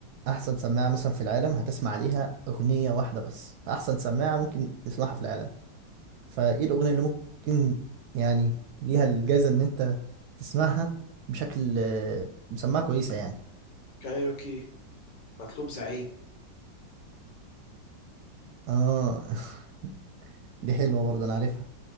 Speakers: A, on the right; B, on the left.
A: احسن سماعة مثلا في العالم هتسمع عليها اغنية واحدة بس فاحسن سماعة ممكن تسمعها في العالم فايه الاغنيه اللي ممكن يعني ليها الجايزه ان انت تسمعها بشكل آه، مسمعها كويسه يعني
B: كايروكي مطلوب زعيم
A: اه <laughs> دي حلوه برضه انا عارفها